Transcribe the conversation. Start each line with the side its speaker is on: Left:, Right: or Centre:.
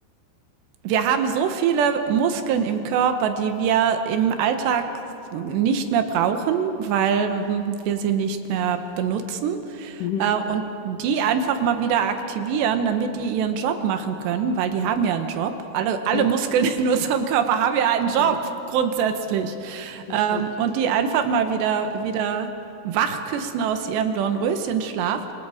Right: wir haben so viele Muskeln im Körper, die wir im Alltag nicht mehr brauchen, weil wir sie nicht mehr benutzen.
Left: Mhm.
Right: Äh, und die einfach mal wieder aktivieren, damit die ihren Job machen können, weil die haben ja einen Job. Alle, alle
Left: Ja,
Right: Muskeln <laughs> in unserem Körper haben ja einen Job,
Left: ja,
Right: grundsätzlich.
Left: das
Right: Ähm,
Left: stimmt.
Right: und die einfach mal wieder, wieder wachküssen aus ihrem Dornröschenschlaf.